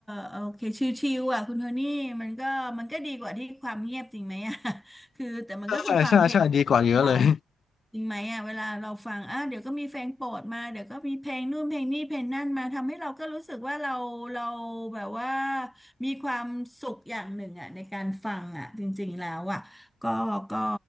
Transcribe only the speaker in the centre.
โอเคชิวๆอ่ะคุณโทนี่มันก็มันก็ดีกว่าที่ความเงียบจริงไหม <laughs> อ่ะ <laughs> คือแต่มันก็คือฟังเพลง
เรา จริงไหมอ่ะเวลาเราฟังอ่ะเดี๋ยวก็มีเพลงโปรดมาเดี๋ยวก็มีเพลงนู่นเพลงนี่เพลงนั่นมาทำให้เราก็รู้สึกว่าเราเราแบบว่ามีความสุขอย่างหนึ่งอ่ะในการฟังอ่ะจริงๆแล้วอ่ะก็ก็